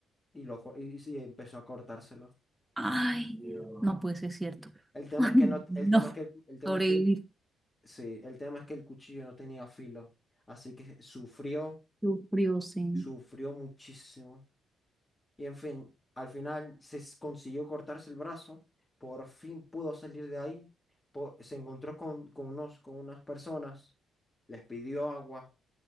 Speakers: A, on the left; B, in the centre.
A: y, lo, co- y, y sí, empezó a cortárselo.
B: Ay, no puede ser cierto.
A: El
B: <laughs>
A: tema
B: Ay,
A: es que no,
B: no.
A: el tema es que, el tema
B: Sobrevivir.
A: es que, el- sí, el tema es que el cuchillo no tenía filo, así que sufrió,
B: Sufrió, sí.
A: sufrió muchísimo. Y en fin, al final se s- consiguió cortarse el brazo, por fin pudo salir de ahí, po- se encontró con, con unos, con unas personas, les pidió agua